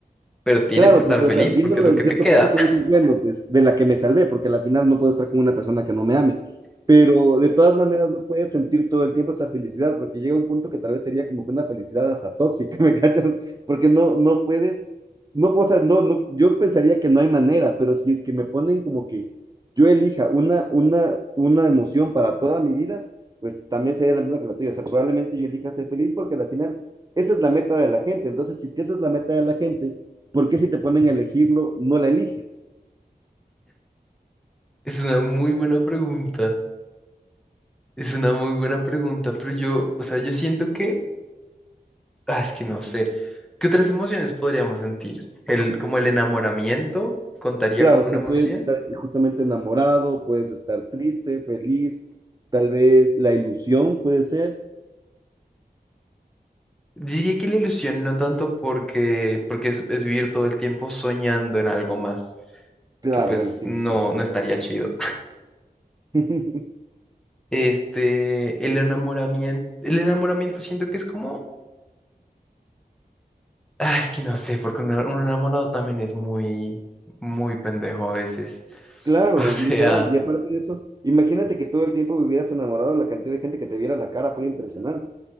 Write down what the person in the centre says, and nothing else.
pero tienes
que estar
feliz
porque es lo
que te
queda.
<laughs>
Es una muy buena pregunta, es una muy buena pregunta, pero yo, o sea, yo siento que Ah, es que no sé. ¿Qué otras emociones podríamos sentir? El, como el enamoramiento contaría
como
una
emoción.
Diría que la ilusión no tanto porque, porque es, es vivir todo el tiempo soñando en algo más,
que pues
no,
no estaría chido.
Este, el enamoramiento, el enamoramiento siento que es como, ah, es que no sé, porque un, un enamorado también es muy, muy pendejo a veces. <laughs>
O sea,